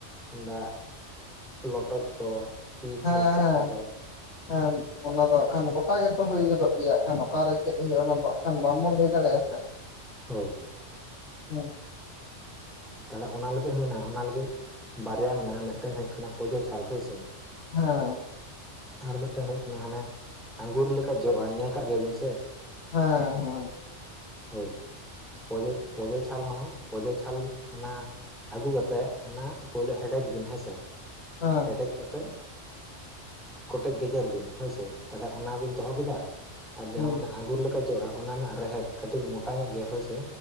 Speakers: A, in the centre; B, on the left.
A: ᱠᱤᱢᱵᱟ ᱞᱚᱴᱚᱡ ᱠᱚ ᱛᱤ ᱠᱚ
B: ᱦᱮᱸᱻᱦᱮᱸᱻ
A: ᱢᱚᱪ ᱠᱟᱜ ᱛᱟᱠᱚᱣᱟ
B: ᱦᱮᱸ ᱚᱱᱟ ᱫᱚ ᱠᱷᱟᱱ ᱜᱚᱴᱟ ᱜᱮᱛᱚ ᱦᱩᱭ ᱜᱚᱫᱚᱜ ᱜᱮᱭᱟ ᱠᱷᱟᱱ ᱚᱠᱟᱨᱮ ᱪᱮᱫ ᱦᱩᱭᱩᱜᱼᱟ ᱚᱱᱟ ᱫᱚ ᱠᱷᱟᱱ ᱵᱟᱝ ᱵᱚᱱ ᱞᱟᱹᱭ ᱫᱟᱲᱮᱭᱟᱜᱼᱟ ᱥᱮ
A: ᱦᱳᱭ᱾
B: ᱦᱮᱸ᱾
A: ᱛᱟᱦᱚᱞᱮ ᱚᱱᱟ ᱞᱟᱹᱜᱤᱫ ᱦᱚᱸ ᱢᱮᱱᱟᱜᱼᱟ ᱚᱱᱟ ᱞᱟᱹᱜᱤᱫ ᱵᱟᱨᱭᱟ ᱢᱮᱱᱟᱜᱼᱟ ᱢᱤᱫᱴᱮᱱ ᱦᱩᱭᱩᱜ ᱠᱟᱱᱟ ᱯᱚᱡᱚ ᱪᱷᱟᱞ ᱦᱳᱭ ᱥᱮ
B: ᱦᱮᱸᱻ
A: ᱟᱨ ᱢᱤᱫᱴᱟᱝ ᱦᱩᱭᱩᱜ ᱠᱟᱱᱟ ᱦᱟᱱᱮ ᱟᱸᱜᱩᱨ ᱞᱮᱠᱟ ᱡᱚᱜᱼᱟ ᱧᱮᱞ ᱠᱟᱜ ᱜᱮᱭᱟ ᱵᱤᱱ ᱥᱮ
B: ᱦᱮᱸᱻᱦᱮᱸ᱾
A: ᱦᱳᱭ ᱯᱚᱡᱚ ᱯᱚᱡᱚ ᱪᱷᱟᱞ ᱦᱚᱸ ᱯᱚᱡᱚ ᱪᱷᱟᱞ ᱚᱱᱟ ᱟᱹᱜᱩ ᱠᱟᱛᱮᱜ ᱚᱱᱟ ᱯᱩᱭᱞᱳ ᱦᱮᱰᱮᱡ ᱵᱤᱱ ᱦᱮᱸᱥᱮ,
B: ᱦᱮᱸ
A: ᱦᱮᱰᱮᱡ ᱠᱟᱛᱮ ᱠᱚᱴᱮᱡ ᱜᱮᱡᱮᱨ ᱵᱤᱱ ᱦᱳᱭᱥᱮᱼᱼ ᱛᱟᱦᱚᱞᱮ ᱚᱱᱟᱵᱤᱱ ᱫᱚᱦᱚ ᱠᱮᱫᱟ ᱟᱨ
B: ᱦᱮᱸ
A: ᱡᱟᱦᱟᱸ ᱟᱜᱩᱨ ᱞᱮᱠᱟᱼᱼ ᱮᱡᱚᱜᱼᱟ ᱚᱱᱟ ᱨᱮᱱᱟᱜ ᱨᱮᱦᱮᱫ ᱠᱟᱹᱴᱤᱡ ᱢᱚᱴᱟ ᱧᱚᱜ ᱜᱮᱭᱟ ᱦᱳᱭᱥᱮ